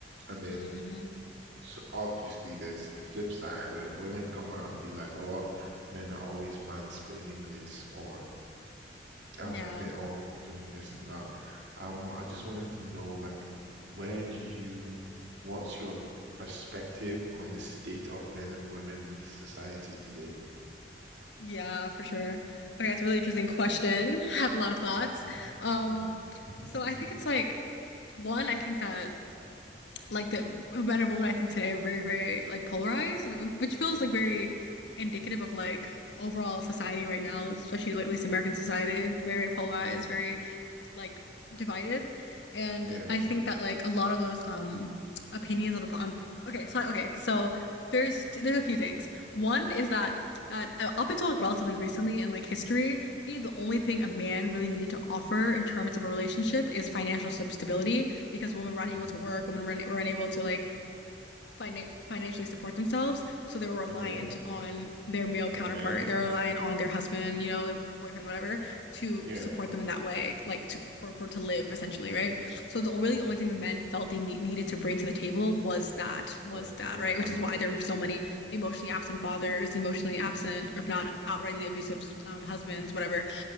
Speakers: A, on the right; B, on the left.
A: And then
B: hmm
A: So obviously, there's the flip side where women come out and be like, "Oh, men are always mansplaining this," or um,
B: Yeah.
A: they're always doing this and that. Um, I just wanted to know, like, where do you, what's your perspective on the state of men and women in this society today?
B: Yeah, for sure. Okay, it's a really interesting question. <laughs> I have a lot of thoughts.
A: Mhm.
B: Um,
A: Mm,
B: so I think
A: <laughs>
B: it's like one, I think that like the men and women I think today are very, very like polarized, which feels like very indicative of like overall society right now, especially like at least American society, very, very polarized,
A: Mm,
B: very like divided and
A: Yeah.
B: i think that like a lot of those um opinions on the on okay so okay so there's there's a few things one is that at, uh, up until like relatively recently in like history really the only thing a man really needed to offer in terms of a relationship is financial sub- stability because women were unable
A: mm,
B: to work women were, were unable to like finan financially support themselves, so they were reliant
A: Okay.
B: on their male
A: On
B: counterpart.
A: men.
B: They're reliant on their husband, you know, their boyfriend, whatever, to
A: Yes.
B: support them in that way, like to for for to live essentially, right? So the really
A: mm,
B: only thing the men felt they need, needed to bring to the table was that
A: Was
B: was that,
A: was
B: right?
A: money.
B: Which is why there were so many emotionally absent fathers, emotionally absent, or if not outrightly abusive um, husbands, whatever.